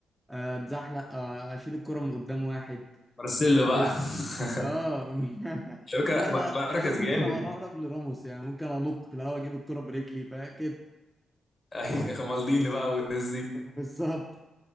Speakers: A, in the centre; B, on the left (about 30°).
A: آه، اتزحلق آه، اشيل الكرة من قدام واحد
B: مارسيلو بقى
A: كده
B: <laughs>
A: اه <laughs>
B: على
A: لا
B: فكره
A: انا
B: بركز
A: يعني انا ممكن
B: جامد
A: ابقى اقرب
B: <laughs>
A: لراموس يعني ممكن انط في الهواء اجيب الكرة برجلي فاهم كده
B: ايوه مالديني بقى والناس دي
A: بالظبط